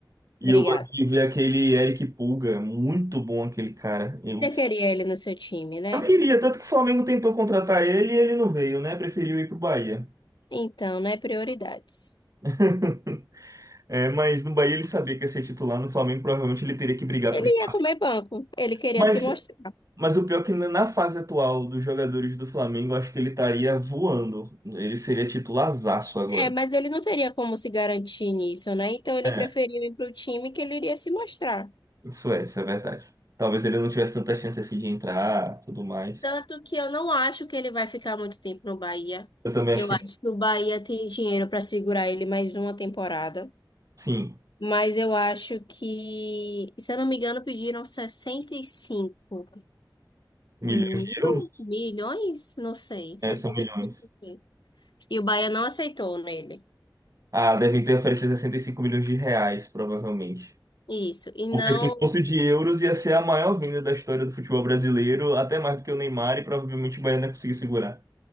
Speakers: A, on the right (about 45°); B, on the left (about 70°).
A: E
B: Obrigada.
A: eu gosto de ver aquele Eric Pulga, muito bom aquele cara. Eu,
B: Você queria ele no seu time, né?
A: eu iria, tanto que o Flamengo tentou contratar ele e ele não veio, né? Preferiu ir pro Bahia.
B: Então, né? Prioridades.
A: <laughs> É, mas no Bahia ele sabia que ia ser titular, no Flamengo provavelmente ele teria que brigar
B: Ele
A: por espaço.
B: ia comer banco, ele queria
A: Mas
B: se mostrar.
A: Mas o pior é que na fase atual dos jogadores do Flamengo, eu acho que ele estaria voando. Ele seria titularzaço agora.
B: É, mas ele não teria como se garantir nisso, né? Então ele
A: É,
B: preferiu ir para o time que ele iria se mostrar.
A: isso é, isso é verdade. Talvez ele não tivesse tanta chance assim de entrar, tudo mais.
B: Tanto que eu não acho que ele vai ficar muito tempo no Bahia.
A: Eu também acho
B: Eu
A: que,
B: acho que o Bahia tem dinheiro para segurar ele mais uma temporada.
A: sim,
B: Mas eu acho que, se eu não me engano, pediram sessenta e cinco
A: milhões
B: mil
A: de euros?
B: milhões? Não sei.
A: É,
B: 65
A: são milhões.
B: mil. E o Bahia não aceitou nele.
A: Ah, devem ter oferecido 65 milhões de reais, provavelmente.
B: Isso. E não.
A: Porque se fosse de euros, ia ser a maior venda da história do futebol brasileiro, até mais do que o Neymar, e provavelmente o Bahia não ia conseguir segurar.